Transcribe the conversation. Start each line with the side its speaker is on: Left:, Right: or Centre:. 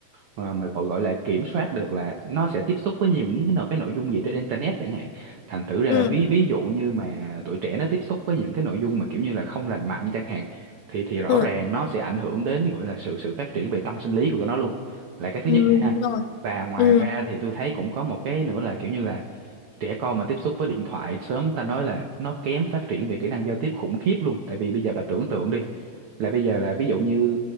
Right: ờ, mà gọi gọi là kiểm soát được là nó sẽ tiếp xúc với những cái nội cái nội dung gì trên internet chẳng hạn thành thử ra
Left: ừ
Right: là ví ví dụ như mà tuổi trẻ nó tiếp xúc với những cái nội dung mà kiểu như là không lành mạnh chẳng hạn thì thì rõ
Left: ừ
Right: ràng nó sẽ ảnh hưởng đến gọi là sự sự phát triển về tâm sinh lý của tụi nó luôn là cái thứ
Left: ừ
Right: nhất nè ha
Left: đúng rồi
Right: và ngoài
Left: ừ
Right: ra thì tôi thấy cũng có một cái nữa là kiểu như là trẻ con mà tiếp xúc với điện thoại sớm ta nói là nó kém phát triển về kỹ năng giao tiếp khủng khiếp luôn tại vì bây giờ bà tưởng tượng đi là bây giờ là ví dụ như